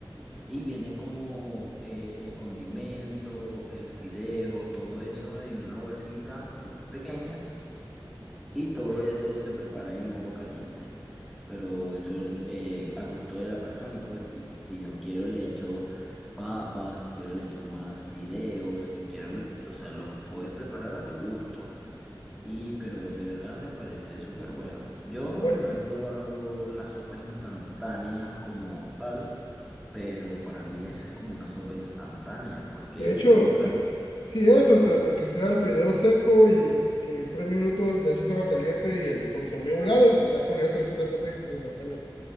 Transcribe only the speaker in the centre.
Y viene como eh, el condimento, el fideo, todo eso en una bolsita mm, pequeña. Y todo eso se prepara en agua caliente. Pero eso eh, a gusto de la persona, pues si, si yo quiero le echo papas, si quiero le echo más fideos, si quiero, o sea, lo puedes preparar a tu gusto. Y pero de verdad me parece súper bueno. Yo
no he probado las sopas instantáneas como tal, pero para mí eso es como una sopa instantánea porque
demora
muy
poco.